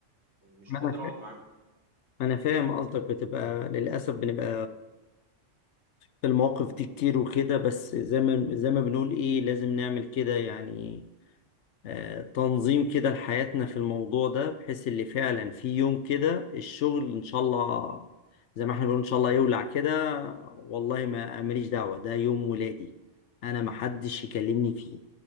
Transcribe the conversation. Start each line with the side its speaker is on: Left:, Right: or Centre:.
Right: يعني مش
Left: منك
Right: قادر اقعد معاهم
Left: انا فاهم قصدك بتبقى للاسف بنبقى في المواقف دي كتير وكده بس زي ما زي ما بنقول ايه لازم نعمل كده يعني آه، تنظيم كده لحياتنا في الموضوع ده بحيث اللي فعلا في يوم كده الشغل ان شاء الله زي ما احنا بنقول ان شاء الله يولع كده والله ما ماليش دعوة ده يوم ولادي انا محدش يكلمني فيه